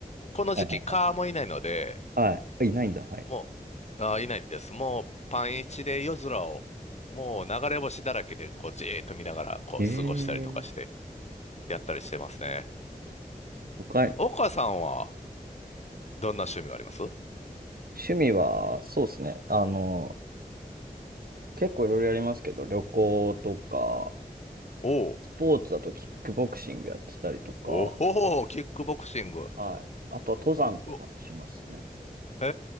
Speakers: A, on the left; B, on the right.
A: この時期、
B: はいはい。
A: 蚊もいないので、
B: はい。いないんだ。はい。
A: もう、あー、いないです。もう、パン一で夜空を、もう流れ星だらけで、こう、じーっと見ながら、こう、
B: ええ
A: 過ごしたりとかして、
B: ー
A: やったりしてますね。
B: 他に、
A: 岡さんは、どんな趣味があります
B: 趣味は、そうですね。あの、結構いろいろやりますけど、旅行とか、
A: おう
B: スポーツだとキックボクシングやってたりとか、
A: おおー、キックボクシング。
B: はい。あとは登山とかもしますね。
A: おへ